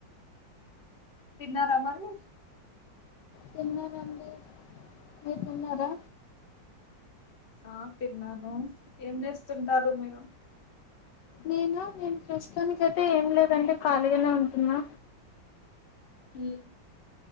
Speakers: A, on the left; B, on the left.
A: తిన్నార మరి
B: తిన్నానండి మీరు తిన్నారా
A: ఆ తిన్నాను ఏం చేస్తుంటారు మీరు
B: నేను ప్రస్తుతానికైతే ఏం లేదండి ఖాళీగానే ఉంటున్నా
A: మ్మ్